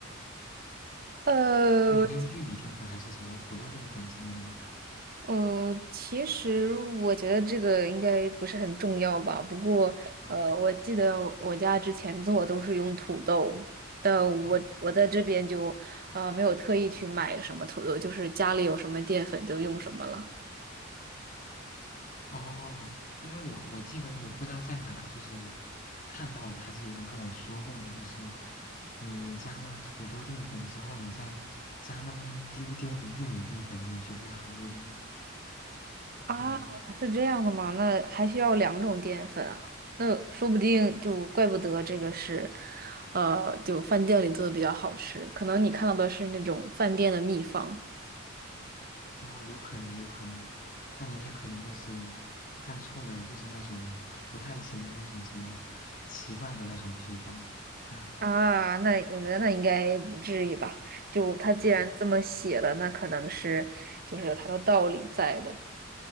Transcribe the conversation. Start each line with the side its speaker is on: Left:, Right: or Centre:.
Right: 呃，
Left: 那你会用玉米淀粉还是什么土豆淀粉之类的吗？
Right: 嗯，其实我觉得这个应该不是很重要吧。不过，
Left: 嗯
Right: 呃，我记得我家之前做都是用土豆，但我我在这边就呃没有特意去买什么土豆，
Left: 哦
Right: 就是家里有什么淀粉就用什么了。
Left: 哦，因为我我记得我不知道在哪就是看到的，还是有人跟我说过的，就是你加了土豆淀粉之后，你再加那么一丢丢的玉米淀粉进去会好一点。
Right: 啊，
Left: 嗯
Right: 是这样的吗？那还需要两种淀粉啊？那说不定就怪不得这个是，
Left: 嗯，
Right: 呃，就饭店里做的比较好吃，可能你看到的是那种饭店的秘方。
Left: 哦，有可能有可能，但也有可能就是看错了，就是那种 <laughs> 不太行的那种什么奇怪的那种配方。<laughs>
Right: 啊，那我觉得那应该不至于吧？就他既然这么写了，
Left: 嗯
Right: 那可能是就是有他的道理在的。